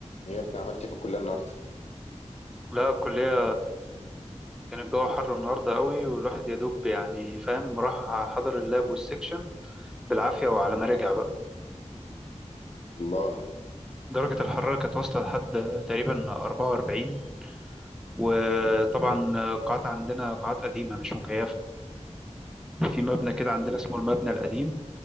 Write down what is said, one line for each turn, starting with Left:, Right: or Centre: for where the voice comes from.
Left: يا ابني عملت إيه في الكليه النهارده
Centre: لا الكلية كان الجو حر النهاردة قوي والواحد يا دوب يعني فاهم راح حضر اللاب والسكشن بالعافية وعلى ما رجع بقى
Left: والله
Centre: درجة الحرارة كانت واصلة لحد تقريبا 44 وطبعا
Left: انت
Centre: قاعات عندنا قاعات قديمة مش مكيفة وفي مبنى كده عندنا اسمه المبنى القديم